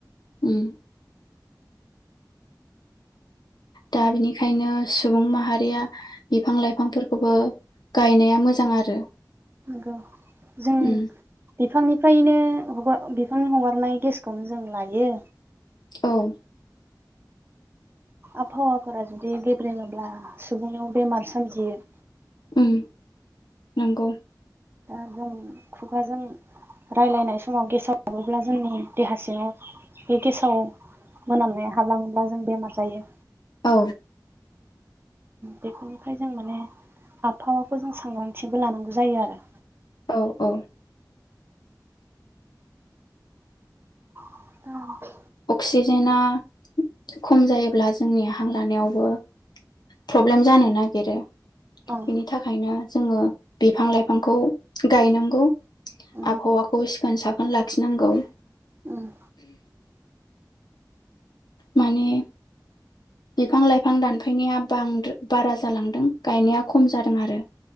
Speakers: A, on the left; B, on the right.
A: उम दा बिनिखायनो। सुबुं माहारिया बिफां लाइफांफोरखौबो गायनाया मोजां आरो।
B: नंगौ जों
A: उम
B: बिफांनिफ्रायनो। हगार बिफांनि हगारनाय गेसखौनो जों लायो।
A: औ
B: आबहावाफोरा जुदि गेब्रेङोब्ला सुबुंआव बेमार सोमजियो।
A: उम नंगौ
B: ओ जों खुगाजों राय्लायनाय समाव गेसाव हाबोब्ला जोंनि देहा सिङाव बे गेसाव मोनामनाय हाबलाङोब्ला जों बेमार जायो।
A: औ
B: बेफोरनिखाय जों माने आबहावाखौ जों सांग्रांथिबो लानांगौ जायो आरो।
A: औ-औ
B: औ
A: अक्सिजेनाआ खम जायोब्ला जोंनि हां लानायावबो प्रब्लेम जानो नागिरो
B: औ
A: बिनि थाखायनो जोङो बिफां लाइफांखौ। गाय नांगौ।
B: उम
A: आबहवाखौ सिखोन साखोन लाखिनांगौ <inaudible>
B: उम
A: माने बिफां लाइफां दानफैनाया बांदाय बारा जालांदों गायनाया खम जादों आरो।